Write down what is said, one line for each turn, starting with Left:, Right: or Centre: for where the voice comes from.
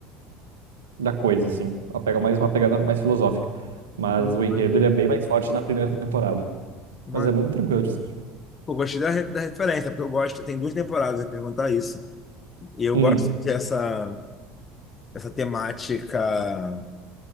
Right: da coisa, assim. Ela pega mais uma pegada mais filosófica. Mas
Left: Pô,
Right: o
Left: maneiro.
Right: enredo ele é bem mais forte na primeira temporada.
Left: Mano,
Right: Mas é muito tranquilo de assistir.
Left: pô, gostei da, re- da referência, porque eu gosto. Tem duas temporadas, eu ia perguntar isso. E eu
Right: Uhum,
Left: gosto dessa essa temática.